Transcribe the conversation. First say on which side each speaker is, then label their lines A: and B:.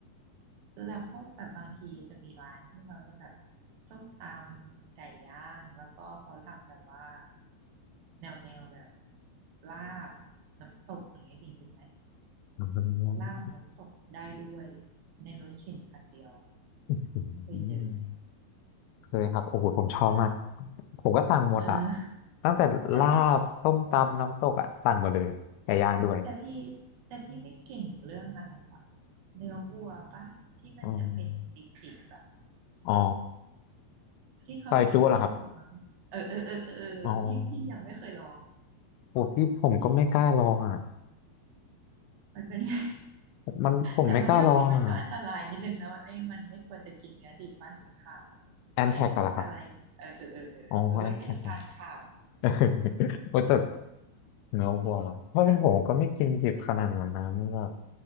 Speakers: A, on the right; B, on the left.
A: แล้วพวกแบบบางทีจะมีร้านที่เขาจะแบบส้มตำไก่ย่างแล้วก็เขาทำแบบว่าแนวแนวแบบลาบน้ำตกอย่างเงี้ยกินเป็นไหม
B: อื
A: ลาบน้ำตกได้ด้วยในรถเข็นคันเดียวอะ
B: ม
A: เคยเจอไหม
B: เคยครับโอ้โหผมชอบมาก ผมก็สั่งหมดอ่ะ
A: เออ
B: ตั้งแต่ลาบต้มตำ
A: แต่พี่
B: น้ำตกอ่ะ สั่งหมดเลยไก่ย่างด้วย
A: แต่พี่แต่พี่ไม่เก่งเรื่องอะไรวะเนื้อวัวปะที่มันจะเป็นดิบๆอบบ
B: อืม อ๋อ
A: ที่เขาคิดกันอยู่มั้งเออเออเออเออเออพี่พี่ยังไม่เคยลอง
B: ซอยจุเหรอครับอ๋อโอ้พี่ผมก็ไม่กล้าลองอ่ะ
A: พี่มันเป็นไง
B: มันผมไม่กล้าลองอ่ะ
A: แต่ว่าช่วงนี้มันก็อันตรายนิดนึงนะมันไม่มันไม่ควรจะกินเนื้อดิบว่าเห็นข่าว
B: แอนแท็กอะเหรอครับ
A: X อะไรเออเออเออเออเออเอ้ยเธอทานข่าว
B: อ๋อ แอนแท็กเหรอ <laughs> โอ้แต่เนื้อวัวเหรอถ้าะเป็นผมก็ไม่กินดิบขนาดนั้นนะมันแบบ